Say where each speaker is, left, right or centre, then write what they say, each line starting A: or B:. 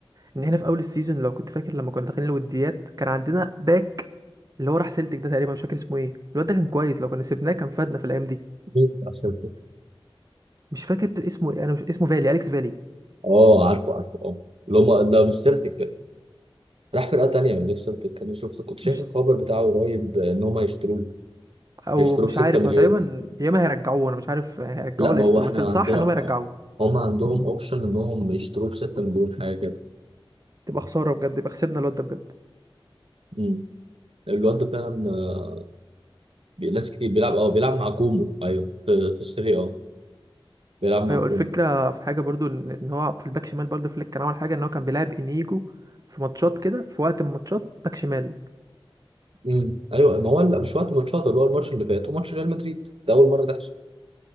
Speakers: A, on the right; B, on the right.
A: ان احنا في اول السيزون لو كنت فاكر لما كنا داخلين الوديات كان عندنا باك اللي هو راح سيلتك ده تقريبا مش فاكر اسمه ايه الواد ده كان كويس لو كنا سيبناه كان فادنا في الايام دي
B: مين راح سيلتيك
A: مش فاكر اسمه ايه انا مش اسمه فالي اليكس فالي
B: اه عارفه عارفه اه اللي هم ده مش سيلتيك راح فرقه تانيه من غير سيلتيك انا شفت كنت شايف
A: مش
B: الخبر بتاعه قريب ان هم هيشتروه
A: او
B: هيشتروه
A: مش
B: ب 6
A: عارف
B: مليون
A: هو تقريبا يا اما هيرجعوه انا مش عارف هيرجعوه
B: لا
A: ولا
B: ما
A: يشتروه
B: هو احنا
A: بس الصح
B: عندنا
A: ان
B: آه،
A: هم يرجعوه
B: هم عندهم اوبشن انهم يشتروه ب 6 مليون حاجه كده
A: تبقى خساره بجد يبقى خسرنا الواد ده بجد
B: امم الواد ده فعلا آه، بي- ناس كتير بيلعب اه بيلعب مع كومو ايوه في في السيريا اه بيلعب مع
A: ايوه
B: كومو
A: الفكره في حاجه برضو ان إن هو في الباك شمال برضو فليك كان عمل حاجه ان هو كان بيلعب انيجو في ماتشات كده في وقت من الماتشات باك شمال
B: امم ايوه ما هو لا مش وقت ماتشات اللي هو الماتش اللي فات وماتش ريال مدريد ده اول مره تحصل